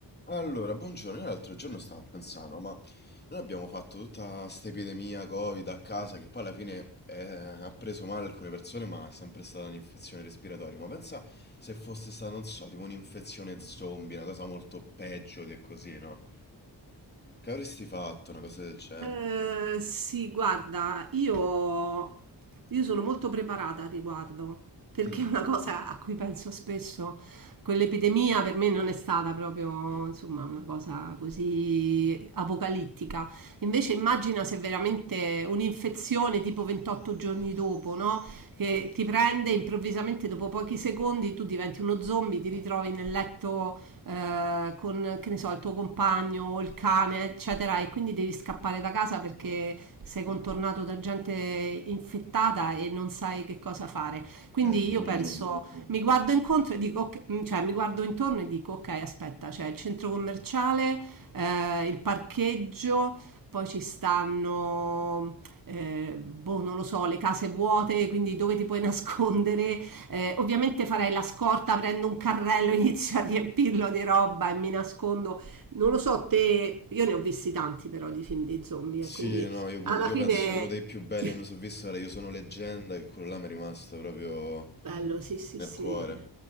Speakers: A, on the left (about 25°); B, on the right (about 50°).
A: Allora, buongiorno, io l'altro giorno stavo pensando, ma noi abbiamo fatto tutta sta epidemia Covid a casa che poi alla fine eh, ha preso male alcune persone, ma è sempre stata un'infezione respiratoria. Ma pensa se fosse stata, non so, tipo un'infezione zombie, una cosa molto peggio di così, no? Che avresti fatto una cosa del genere?
B: Eh, sì, guarda, io, io sono molto preparata al riguardo, perché
A: Mm,
B: è una cosa a cui penso spesso. Quell'epidemia per me non è stata proprio, insomma, una cosa così apocalittica. Invece immagina se veramente un'infezione tipo 28 giorni dopo, no? Che ti prende improvvisamente dopo pochi secondi, tu diventi uno zombie, ti ritrovi nel letto eh, con che ne so, il tuo compagno o il cane, eccetera, e quindi devi scappare da casa perché sei contornato da gente infettata e non sai che cosa fare. Quindi
A: è brutto.
B: io penso, mi guardo incontro e dico, ok- mm, cioè mi guardo intorno e dico, ok, aspetta, c'è il centro commerciale, eh, il parcheggio, poi ci stanno, eh, boh, non lo so, le case vuote, quindi dove ti puoi <laughs> nascondere, eh, ovviamente farei la scorta, prendo un carrello, <laughs> inizio a riempirlo di roba e mi nascondo. Non lo so, te, io ne ho visti tanti però di film di zombie,
A: Sì,
B: e quindi
A: no, io, pur-
B: alla
A: io
B: fine...
A: penso uno dei più belli
B: <laughs>
A: che mi sono visto era Io sono leggenda, che quello là mi è rimasto proprio
B: Bello, sì, sì,
A: nel
B: sì.
A: cuore.